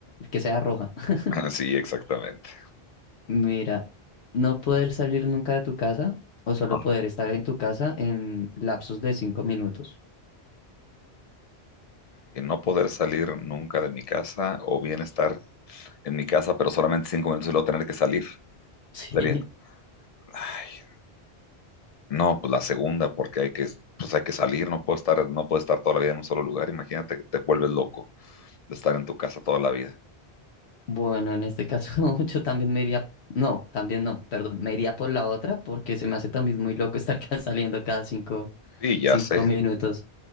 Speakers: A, on the left (about 75°); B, on the left (about 45°).
A: que sea roja. <laughs>
B: <laughs> sí, exactamente.
A: Mira, no poder salir nunca de tu casa o solo
B: Ajá.
A: poder estar en tu casa en lapsos de cinco minutos. <laughs>
B: Y no poder salir nunca de mi casa o bien estar en mi casa, pero solamente cinco minutos y luego tener que salir.
A: Sí.
B: Sería, ay, no, pues la segunda, porque hay que, pues hay que salir, no puedo estar, no puedo estar toda la vida en un solo lugar. Imagínate que te vuelves loco de estar en tu casa toda la vida.
A: Bueno, en este caso <laughs> yo también me iría, no, también no, perdón, me iría por la otra porque se me hace también muy loco <laughs> estar ca- saliendo cada cinco,
B: Y ya
A: cinco
B: sé,
A: minutos.